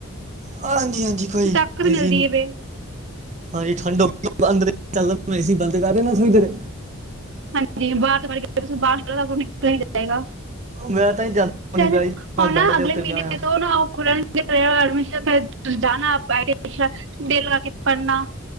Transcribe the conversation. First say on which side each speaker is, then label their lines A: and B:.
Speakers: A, on the right; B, on the right.
A: ਹਾਂਜੀ- ਹਾਂਜੀ, ਕੋਈ
B: ਤਾਕਤ ਮਿਲਦੀ
A: ਜੀ
B: ਹੈ ਵੇ
A: ਹਾਂਜੀ ਠੰਡ ਹੋਗੀ, ਅੰਦਰ ਚੱਲਦਾ ਏ ਸੀ ਬੰਦ ਕਰਦੇਨਾ ਛਈ ਦੇਣੇ।
B: ਹਾਂਜੀ ਬਾਹਰ ਤੋਂ ਇਕ ਵਾਰੀ ਬਾਹਰ ਨਿਕਲਦਾ ਨਿਕਲ ਜਾਏਗਾ।
A: ਮੈਂ ਤਾਂ ਜਾਂਦਾ
B: ਕਹਿੰਦੇ
A: ਨੀ ਪਿਆ ਜੀ
B: ਹੁਣ
A: ਮੈਂ
B: ਨਾ
A: ਬੈੱਡ ਦੇ
B: ਅਗਲੇ
A: ਉੱਤੇ
B: ਮਹੀਨੇ
A: ਪਿਆ ਹੋਇਆ
B: ਤੋਂ ਨਾ ਉਹ ਖੁੱਲਣ ਐਡਮਿਸ਼ਨ ਤੇ ਜਾਣਾ ਆਪਾਂ ਦਿਲ ਲਗਾ ਕੇ ਪੜ੍ਹਨਾ।